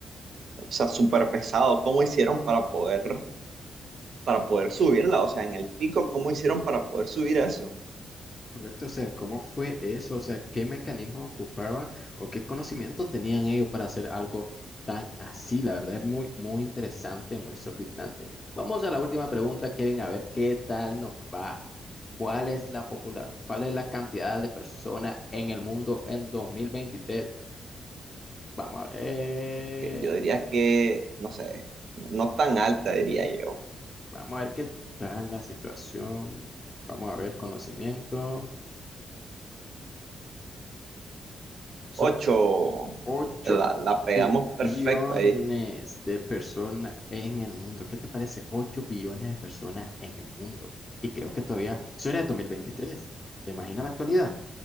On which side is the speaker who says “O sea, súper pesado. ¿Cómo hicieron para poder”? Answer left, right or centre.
Right